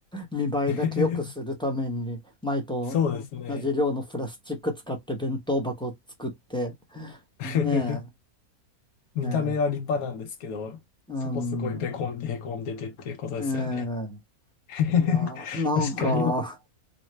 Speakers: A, in the centre; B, on the left.
A: 見栄えだけ良くするために、
B: に。<laughs>
A: 前と同じ量のプラスチック使って弁当箱を作って、
B: そうですね。<laughs>
A: ね
B: 見た目は立派なんですけど、
A: え、えーうん、
B: そこすごいベこんでへこんでてっていうことですよね。
A: えー
B: <laughs>
A: いや、なんか、
B: 確かに。う